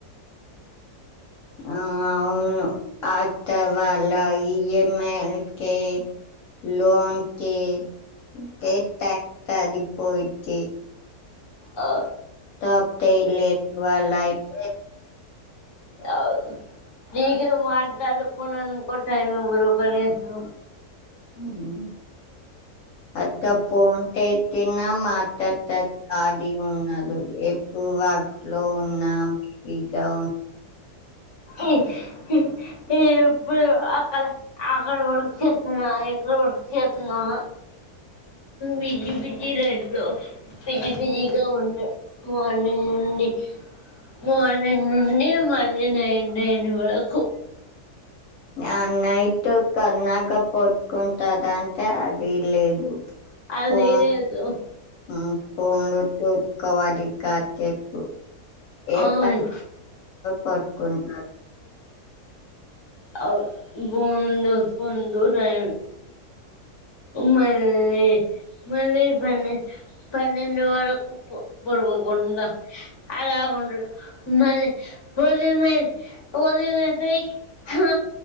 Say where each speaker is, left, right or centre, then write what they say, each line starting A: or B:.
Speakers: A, on the left; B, on the left.
A: ఉమ్ అవును ఆ టవాల్ అలా ఈ ఎమ్ ఐ లకి లోన్ కి కట్టా డిపో చీ
B: ఆ
A: తప్పే లేద్ వలయితే
B: అవున్ ఫ్రీగ మాట్లాడుకునేందుకు కూడా టైమ్ ఇవ్వరు కనీసం
A: అవునా అత్త పోన్ తేతిన మాత్తత్త కాలి ఉన్నాడు ఎప్పువ ట్లో ఉన్నాం తీ క్యా వోన్
B: ఎ ఇ ఇప్పుడు అక్కాల అక్కడ వరకు ఎక్కడ పడు చెత్తునావ బిజీ బిజీ బిజి లైఫ్ లో బిజి బిజిగా ఉంటా మార్నింగ్ నుండి మార్నింగ్ నుండి మళ్ళీ నైట్ నైను వరకు
A: అ నైట్ కన్నాక పట్టుకుంటద అంటే అది లేదు
B: అది
A: ఫోన్
B: లేదు
A: ఉమ్ ఫోన్లతో క్కవడి కా టేపు ఏ
B: అవును
A: ప పట్టుకుంటారు
B: అ గుండు గుండు టై మళ్ళీ మళ్ళీ పన్నె పన్నెండు వరకు పరుకోకుండా అలాకుంటడు మళ్ళీ పొదున్నే పొదున లేసి హా